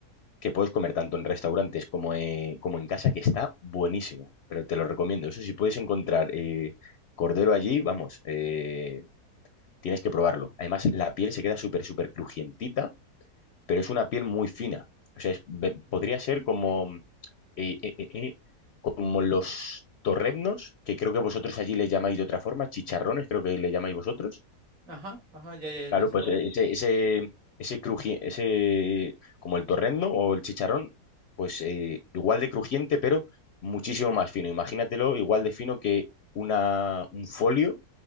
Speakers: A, on the left; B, on the right.
A: que puedes comer tanto en restaurantes como, eh, como en casa, que está buenísimo, pero te lo recomiendo. Eso si puedes encontrar eh, cordero allí, vamos, eh, tienes que probarlo. Además, la piel se queda súper, súper crujientita, pero es una piel muy fina. O sea, es- ve-
B: Ujú.
A: podría ser como, eh, eh, eh, eh, como los torreznos, que creo que vosotros allí les llamáis de otra forma, chicharrones, creo que le llamáis vosotros.
B: Ajá, ajá, ya, ya,
A: Claro,
B: ya sé
A: pues
B: cuál.
A: eh, ese, ese, ese cruji- ese, como el torrendo o el chicharrón, pues eh, igual de crujiente, pero muchísimo más fino. Imagínatelo igual de fino que una, un folio